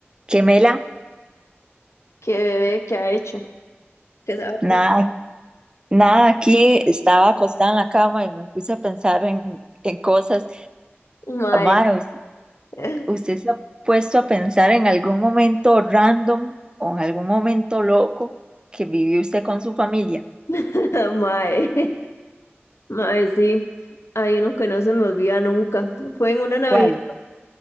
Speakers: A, on the right; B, on the left.
A: Qué mela,
B: ¿Qué bebé que ha hecho? ¿Qué sabe?
A: nada, nada aquí, estaba acostada en la cama y me puse a pensar en, en cosas.
B: Mae.
A: Mae, ¿us-
B: <laughs>
A: ¿usted se ha puesto a pensar en algún momento random o en algún momento loco que vivió usted con su familia?
B: Mae. Mae, sí. Hay uno que no se me olvida nunca. Fue en una Navidad.
A: ¿Cuál?